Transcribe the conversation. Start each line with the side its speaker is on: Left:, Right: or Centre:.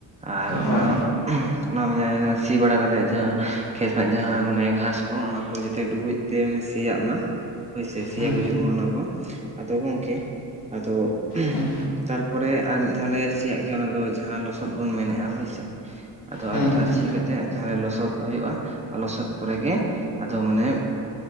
Right: ᱟᱨ
Left: ᱦᱳᱭ
Right: ᱚᱱᱟ <unintelligible> ᱚᱱᱟ ᱡᱟᱭᱜᱟ ᱨᱮ ᱥᱤ ᱵᱟᱲᱟ ᱠᱟᱛᱮ ᱡᱟᱦᱟᱸ ᱠᱷᱮᱛ ᱨᱮᱱᱟᱜ ᱡᱟᱦᱟᱸ ᱢᱟᱱᱮ ᱜᱷᱟᱸᱥ ᱠᱚ ᱚᱱᱟ ᱠᱚ ᱡᱟᱛᱮ ᱰᱩᱵᱩᱡ ᱛᱮ ᱥᱤᱼᱼ ᱥᱮᱭᱟᱜ ᱢᱟ ᱦᱳᱭᱥᱮ ᱥᱮᱭᱟ
Left: ᱦᱩᱸ
Right: ᱜᱩᱡᱩᱜ ᱢᱟ ᱚᱱᱟ ᱠᱚ ᱟᱫᱚ ᱜᱚᱢᱠᱮ ᱟᱫᱚᱼᱼ
Left: ᱦᱩᱸ
Right: ᱛᱟᱨᱯᱚᱨᱮ ᱟᱨ ᱢᱤᱫ ᱫᱷᱟᱣ ᱞᱮ ᱥᱤᱭᱟᱜ ᱜᱮᱭᱟ ᱚᱱᱟ ᱫᱚ ᱡᱟᱦᱟᱸ ᱞᱚᱥᱚᱫ ᱵᱚᱱ ᱢᱮᱱᱮᱜᱼᱟ ᱦᱳᱭᱥᱮ᱾ ᱟᱫᱚ
Left: ᱦᱩᱸ
Right: ᱟᱨ ᱢᱤᱫ ᱫᱷᱟᱣ
Left: ᱦᱩᱸ
Right: ᱥᱤ ᱠᱟᱛᱮᱜ ᱡᱟᱦᱟᱸ ᱞᱚᱥᱚᱫ ᱦᱩᱭᱩᱜᱼᱟ ᱞᱚᱥᱚᱫ ᱯᱚᱨᱮᱜᱮ ᱟᱫᱚ ᱢᱟᱱᱮ᱾